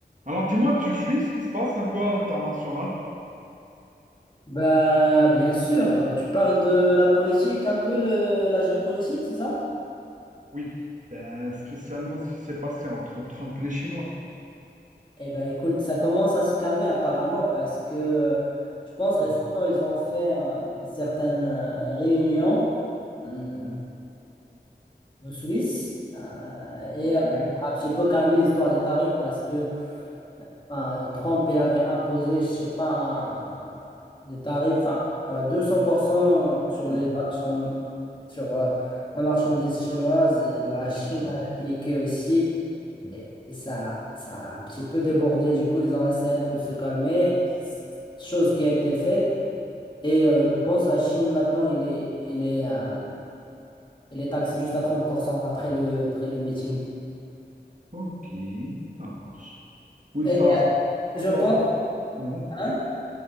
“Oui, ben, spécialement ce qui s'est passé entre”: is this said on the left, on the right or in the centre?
Right